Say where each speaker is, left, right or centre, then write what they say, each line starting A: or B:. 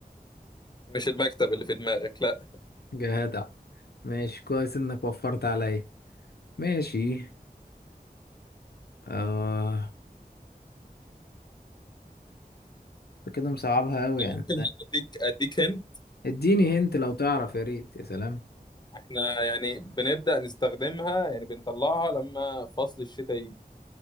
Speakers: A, on the left; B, on the left.
A: مش المكتب اللي في دماغك لا
B: جدع ماشي كويس إنك وفرت عليا ماشي آه انت كده مصعبها قوي
A: ممكن
B: يعني
A: اديك اديك هن
B: اديني هنت لو تعرف يا ريت يا سلام
A: احنا يعني بنبدأ نستخدمها يعني بنطلعها لما فصل الشتاء يجي